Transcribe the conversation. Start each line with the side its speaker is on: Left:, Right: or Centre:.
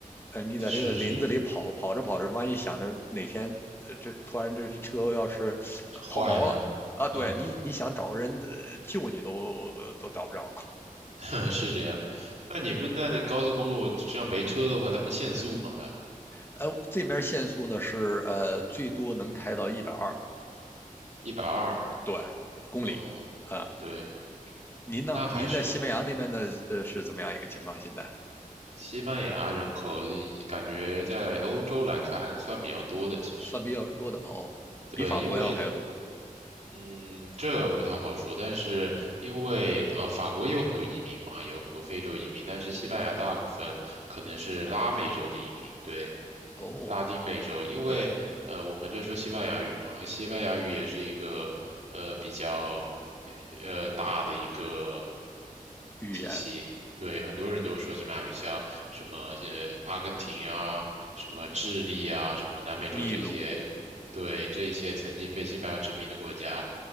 Left: 呃，你在这个林子里跑，
Right: 是是
Left: 跑着跑着，万一想着哪天，呃这突然这车要是呃抛锚了。
Right: 坏了，
Left: 啊，对你，
Right: 嗯，
Left: 你想找人呃救你都呃都找不着。
Right: <laughs> 是这样。那你们那高速公路这样没车的话，他们限速嘛，还
Left: 呃，这面限速呢是呃最多能开到一百二，
Right: 一百二，
Left: 对，公里啊、
Right: 嗯，对，
Left: 您呢？
Right: 那还是
Left: 您在西班牙那边的呃是怎么样一个情况？现在
Right: 西班牙人口感觉在欧洲来看算比较多的，其实
Left: 算比较人多的哦，
Right: 对，
Left: 比法国要还要多
Right: 因为嗯，这不太好说，但是因为呃，法国也有很多移民嘛，也有很多非洲移民，但是西班牙大部分可能是拉美洲的移民，对，
Left: 哦。
Right: 拉丁美洲，因为呃，
Left: 对，
Right: 我们这说西班牙语嘛，西班牙语也是一个呃比较呃大的一个
Left: 语言，
Right: 西。对，很多人都说西班牙语像什么呃阿根廷啊、什么智利啊、什么南美洲这些，
Left: 秘鲁
Right: 对，这些曾经被西班牙殖民的国家，